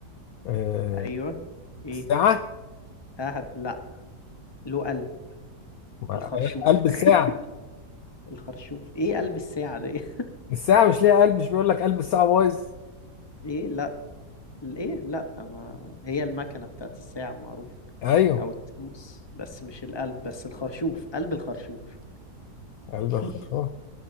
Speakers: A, on the left; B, on the left.
A: آه
B: ايوه ايه
A: الساعة
B: ها هد... لا له قلب
A: ما-
B: الخرشوف
A: قلب الساعة
B: <laughs> الخرشوف ايه قلب الساعة دي <laughs>
A: الساعة مش ليها قلب مش بيقول لك قلب الساعة بايظ
B: ايه لا ايه لا ما هي المكنة بتاعت الساعة معروفة
A: ايوه
B: او التروس بس مش القلب بس الخرشوف قلب الخرشوف
A: قلب
B: <laughs>
A: الخرشوف